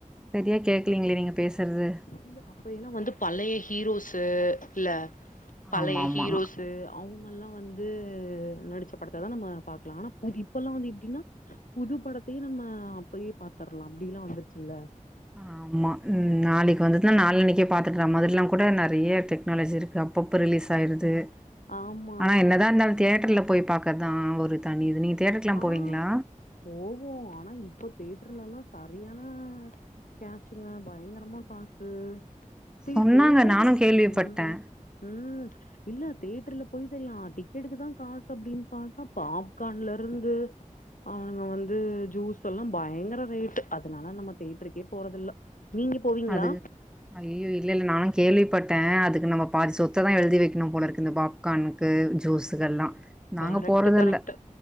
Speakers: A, in the centre; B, on the left (about 75°).
A: சரியா கேக்கலீங்களே நீங்க பேசற்து
B: இல்ல அப்பயெல்லா வந்து பழைய ஹீரோஸு இல்ல பழைய
A: ஆமாமா.
B: ஹீரோஸு அவுங்கல்லா வந்து நடிச்ச படத்த தா நம்ம பாக்கலா ஆனா உனக் இப்பல்லா வந்து எப்டின்னா புது படத்தயு நம்ம அப்பயே பாத்தர்லா அப்டில்லா வந்துருச்சுல்ல
A: ஆமா நாளைக்கு வந்துத்னா நாளானைக்கே பாத்தட்ற மாதிரில்லாங்கூட நெறைய டெக்னாலஜி இருக்கு அப் பப்ப ரிலீஸ் ஆயிருது
B: ஆமா
A: ஆனா
B: ஆமா
A: என்னதா
B: கரெக்ட்
A: இர்ந்தாலு தேட்டர்ல போய் பாக் க தா ஒரு தனி இது நீங்க தேட்டர்க்ல்லா
B: ஆ
A: போவீங்ளா
B: போவோ ஆனா இப்ப தேட்ருலல்லா சரியான கேஷுங்க பயங்கரமா காசு திரி
A: சொன்னாங்க
B: தேட்டர்ல
A: நானு கேள்விப்பட்டே
B: ம் ம் இல்ல தேட்ருல போய் செரியா டிக்கெட்டுக்கு தா காசு அப்டின் பாத்தா பாப்கான்ல ருந்து அவனுங்க வந்து ஜூஸ்ஸல்லா பயங்கர ரேட்டு் அதுனால நம்ம தேட்ருக்கே போறதில்ல நீங்க போவீங்களா
A: அதுக அய்யையோ இல்ல இல்ல நா கேள்விப்பட்டே அதுக்கு நம்ம பாதி சொத்த தா எழுதி வெக்கணு போலருக்கு இந்த பாப் கான்க்கு ஜூஸுக்கெல்லா நாங்க
B: கரெக்ட்
A: போறதில்ல
B: கரெக்ட்